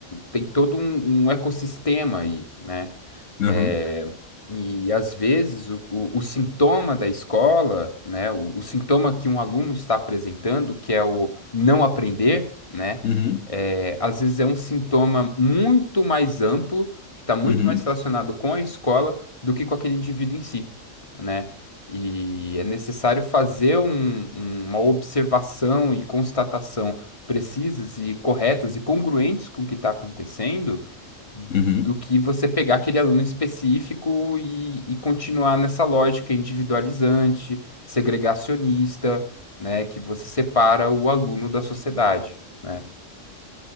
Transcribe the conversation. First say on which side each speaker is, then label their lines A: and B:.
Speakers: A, on the left (about 25°); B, on the left (about 75°).
A: tem todo um, um ecossistema aí, né?
B: Aham.
A: É, e às vezes o, o, o sintoma da escola, né, o, o sintoma que um aluno está apresentando, que é o não aprender, né,
B: Uhum.
A: é, às vezes é um sintoma muito mais amplo, que está muito
B: Uhum.
A: mais relacionado com a escola do que com aquele indivíduo em si, né? E é necessário fazer um- um, uma observação e constatação precisas e corretas e congruentes com o que está acontecendo
B: Uhum.
A: do que você pegar aquele aluno específico e, e continuar nessa lógica individualizante, segregacionista, né, que você separa o aluno da sociedade, né?